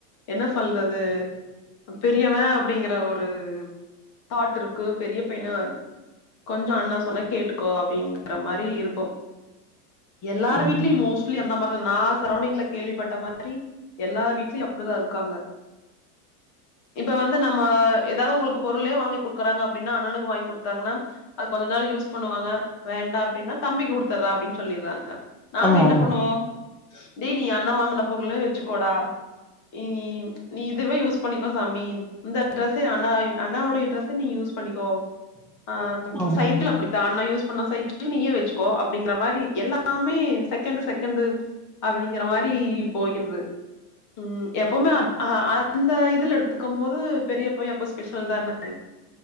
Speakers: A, on the left; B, in the centre.
A: என்ன சொல்றது பெரியவ அப்டிங்கிற ஒரு தாட்ருக்கு பெரிய பைன கொஞ்சோ அண்ணா சொன்னா கேட்டுக்கோ அப்டிங்குற மாரி இருக்கும் எல்லாரு
B: ம்
A: வீட்லயும் மோஸ் லி அந்த மாரிதா நா சரோன்டிங்ல கேள்விப்பட்ட மாதிரி எல்லார் வீட்லயும் அப்புடிதா இருக்காங்க இப்ப வந்து நம்ம ஏதாவது உங்களுக்கு பொருளே வாங்கிகு க்குறாங்க அப்டின்னா அண்ணனுக்கு வாங்கி குடுத்தாங்கன்னா அது கொஞ்ச நாள் யூஸ் பண்ணுவாங்க வேண்டா அப்புடீன்னா தம்பிக்கு குடுத்துட்ற அப்புடீன்னு சொல்லிட்றாங்க நாங்க
B: ஆமா
A: என்ன
B: ஆமா
A: போ டேய் நீ அண்ணா வாங்குன பொருளே வெச்சுக்கோடா இத் நீ நீ இதுவே யூஸ் பண்ணிக்கோ சாமி இந்த ட்ரெஸ்ஸே அண்ணாயி அண்ணாவுடைய டிரெஸ நீ யூ ஸ் பண்ணிக்கோ அ
B: ஆமா
A: சைக்கிள் அப்பிடித்தா அண்ண யூஸ் பண்ண சைக்கிள் நீயே வெச்சுக்கோ அப்பிடிங்கற மாரி எல்லாமே செக் செகண்டு செகண்டு் அப்டிங்கிற மாரி போயிருது ம் எப்வுமே அந்த இதுல எடுத்துக்கும் போது பெரிய பைய எப்வு ஸ்பெஷல் தான